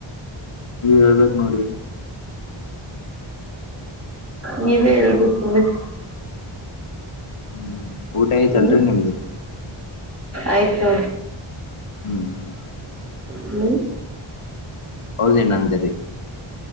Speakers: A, on the left; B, on the right.
A: ನೀವ ಹೇಳ್ಬೇಕ ನೋಡ್ರಿ
B: ನೀವೇ ಹೇಳ್ಬೇಕು <unintelligible>
A: ಹ್ಮ್ ಊಟ ಆಯ್ತಲ್ರಿ
B: ಹ್ಮ್
A: ನಿಮ್ದು
B: ಆಯ್ತು
A: ಹ್ಮ್ ಹ್ಮ್
B: ಹ್ಮ
A: ಆವಾಗೇ ಏನೋಅಂದೇರಿ